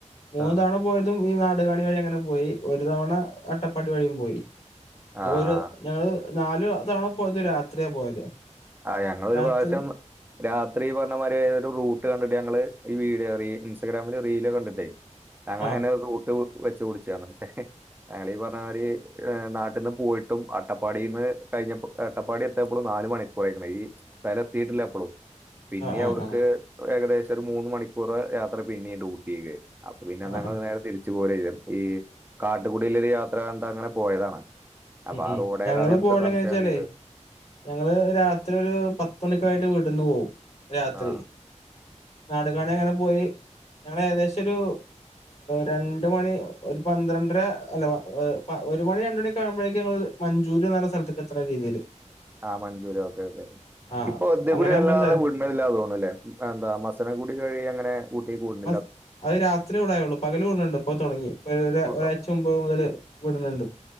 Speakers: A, on the left; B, on the right.
A: മൂന്ന
B: ആ
A: തവണ പോയതും ഈ നാടുകാണി വഴി ങ്ങനെ പോയി ഒരു തവണ അട്ടപ്പാടി വഴിയും പോയി
B: ആ
A: ഒരു ഞങ്ങള് നാലല് തവണ പോയത് രാത്രിയ പോയത്
B: ആ ഞങ്ങൊ ഒരു
A: രാത്രി
B: പ്രാവശ്യം രാത്രി പറഞ്ഞ മാതി ഒരു റൂട്ട് കണ്ടിട്ട് ഞങ്ങള് ഈ വീഡിയോ റ ഇൻസ്റ്റാഗ്രാമില് റീല കണ്ടിട്ടേ ഞങ്ങങ്ങനെ
A: ആഹ്.
B: റൂട്ട് വെച്ച കുടിച്ചന്ന പക്ഷേ ആളി പറഞ്ഞരി നാട്ടിൽ നിന്ന് പോയിട്ടും അട്ടപ്പാടിന്ന് കഴിഞ്ഞപ്പോ എട്ടപ്പാടി എയപ്പോൾ നാലല് മണിക്ക് കുറക്ക ഈ സ്ഥലം എത്തിട്ടില്ല എപ്പോളും പിന്നെ
A: ആഹ് ആഹ്
B: അവിടുക്ക്
A: ആഹ്.
B: ഏകദേശം പ ഒരു മൂന്ന് മണിക്കൂർ യാത്ര പിന്നെയുണ്ട് ഊട്ടിേക്ക് അപ്പൊ പിന്നൊങ്കൾ
A: ആഹ് ആഹ്.
B: നേരെ തിരി പോലും ഈ കാട്ടുകുടിയിലരു യാത്ര കണ്ട് അങ്ങനെ പോയതാണ് അപ്പൊ
A: ഉ
B: ആ
A: ഉം
B: റോഡേതാന്ന്
A: ഞങ്ങള്
B: ഞമ്മക്ക്
A: പോയണ്ട
B: സംശയം
A: എങ്ങ വെച്ചാലേ
B: ചെയ്ത്.
A: ഞങ്ങള് രാത് രാത്രി ഒരു പത്തുമണിക്കായിട്ട് വീട്ടന്ന് പോകും രാത്രി
B: ആഹ്.
A: നാടുകാണി അങ്ങനെ പോയി ഞങ്ങള് ഏകദേശം ഒരു രണ്ട് മണി ഒരു പന്ത്രണ്ടര അല്ല ഒരുമണി രണ്ട് മണിക്കാകുമ്പോഴേക്ക്‌ ഞങ്ങള് മഞ്ജുര് എന്ന് പറഞ്ഞ സ്ഥലേത്തേക്ക് എത്തുന്ന രീതിൽ
B: ആഹ് മഞ്ചൂര് ഓക്കെ ഓക്കേ
A: ആഹ്
B: ഇപ്പൊ അതിലെ
A: അങ്ങനെ
B: കുടി
A: ആകുമ്പോ
B: അല്ലാതെ
A: എന്താറിയോ
B: വീടിനതിലെ ആന്ന് തോന്നുന്നല്ലേ എന്ത മസന്ന കൂടി വഴി അങ്ങനെ ഊട്ടിലേക്ക് പോകുന്ന
A: മസ് അത് രാത്രി ഇവിടായുള്ളൂ പകല് ഓടണോണ്ട് ഇപ്പൊ തുടങ്ങി
B: വി
A: ഒരാഴ്ച മുമ്പ് മുതല് ഇവുടുന്നുണ്ട്